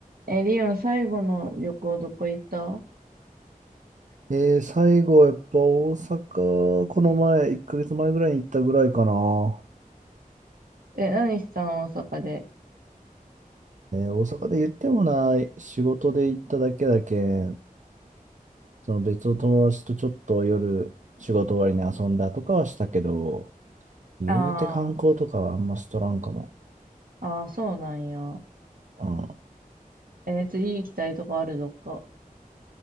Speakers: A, on the right (about 80°); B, on the right (about 60°).
A: え、リオン、最後の旅行どこ行った
B: えー、最後はやっぱ大阪、この前、1ヶ月前ぐらいに行ったぐらいかな。
A: え、何したん大阪で。
B: えー、大阪で言ってもない、仕事で行っただけだけ、その別の友達とちょっと夜、仕事終わりに遊んだとかはしたけど、言うて観光とかはあんましとらんかも。
A: ああ、ああ、そうなんや。
B: うん。
A: え、次行きたいとこあるどっか。